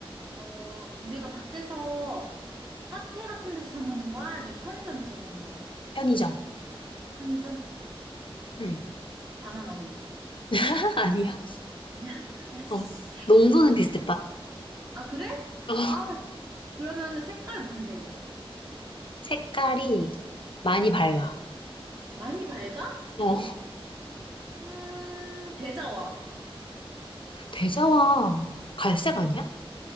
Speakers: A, on the right; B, on the left.
A: 어, 우리가 밖에서 카페 같은 데서 사 먹는 거야? 아니면 편의점에서 사 먹는 거야?
B: 편의점.
A: 편의점?
B: 응.
A: 바나나 우유.
B: <laughs> 아니야.
A: 아니야? <laughs> 아씨.
B: 어. 농도는 비슷했다.
A: 아, 그래?
B: 어.
A: 아, 그러면 색깔 무슨 색이야?
B: 색깔이 많이 밝아.
A: 많이 밝아?
B: 어.
A: 음, 대자와.
B: 대자와 갈색 아니야?